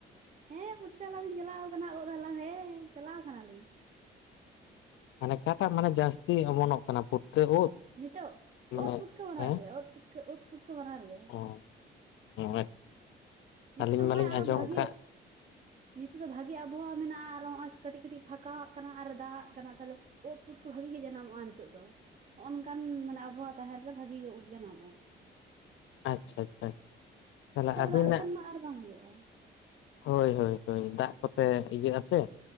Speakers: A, on the right (about 40°); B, on the left (about 75°).
A: ᱦᱮᱸ ᱯᱩᱴᱠᱟᱹ ᱦᱟᱞᱟᱝ ᱞᱤᱧ ᱪᱟᱞᱟᱣ ᱟᱠᱟᱱᱟ ᱩᱫ ᱦᱟᱞᱟᱝ ᱦᱮᱸ ᱪᱟᱞᱟᱣ ᱠᱟᱱᱟ ᱞᱤᱧ
B: ᱢᱟᱱᱮ ᱚᱠᱟ ᱴᱟᱜ ᱢᱟᱱᱮ ᱡᱟᱹᱥᱛᱤ ᱚᱢᱚᱱᱚᱜ ᱠᱟᱱᱟ ᱯᱷᱩᱴᱠᱟᱹ ᱩᱫ?
A: ᱱᱤᱛᱚᱜ
B: ᱢᱟᱱᱮ
A: ᱩᱫ ᱯᱩᱴᱠᱟᱹ ᱵᱟᱱᱟᱨ
B: ᱦᱮᱸ
A: ᱜᱮ ᱩᱫ ᱯᱩᱴᱠᱟᱹ ᱩᱫ ᱯᱩᱴᱠᱟᱹ ᱵᱟᱱᱟᱨ ᱜᱮ
B: <unintelligible>
A: ᱱᱤᱛᱚᱜ
B: ᱟᱹᱞᱤᱧ
A: ᱫᱚ
B: ᱢᱟᱞᱤᱧ
A: ᱱᱚᱜᱼᱚᱭ ᱟᱨᱚ
B: ᱟᱸᱡᱚᱢ
A: ᱵᱷᱟᱜᱮ
B: ᱟᱠᱟᱫ
A: ᱱᱤᱛᱚᱜ ᱫᱚ ᱵᱷᱟᱜᱮ ᱟᱵᱚᱦᱟᱣᱟ ᱢᱮᱱᱟᱜᱼᱟ ᱟᱨ ᱱᱚᱜᱼᱚᱭᱼᱼ ᱠᱟᱹᱴᱤᱡ ᱠᱟᱹᱴᱤᱡ ᱯᱷᱟᱸᱠᱟ ᱟᱜ ᱠᱟᱱᱟ ᱟᱨ ᱫᱟᱜ ᱟᱜ ᱠᱟᱱᱟ ᱛᱟᱦᱚᱞᱮ ᱳᱫ ᱯᱩᱴᱠᱟ ᱵᱷᱟᱜᱤ ᱜᱮ ᱡᱟᱱᱟᱢᱚᱜᱼᱟ ᱱᱤᱛᱚᱜ ᱫᱚ ᱱᱚᱜᱼᱚ ᱱᱚᱝᱠᱟᱱ ᱢᱟᱱᱮ ᱟᱵᱚᱦᱟᱣᱟ ᱛᱟᱦᱮᱱ ᱨᱮ ᱵᱷᱟᱹᱜᱤ ᱜᱮ ᱩᱫ ᱡᱟᱱᱟᱢᱟᱜᱼᱟ
B: ᱟᱪᱪᱷᱟ ᱟᱪᱪᱷᱟ ᱛᱟᱦᱞᱮ ᱟᱵᱤᱱᱟᱜᱼᱼ
A: ᱫᱟᱜ ᱞᱮᱠᱷᱟᱱ ᱟᱨ ᱵᱟᱝ ᱦᱩᱭᱩᱜᱼᱟ
B: ᱦᱳᱭ ᱦᱳᱭ ᱦᱳᱭ ᱫᱟᱜ ᱠᱚᱛᱮ ᱤᱭᱟᱹᱜ ᱟᱥᱮᱼᱼ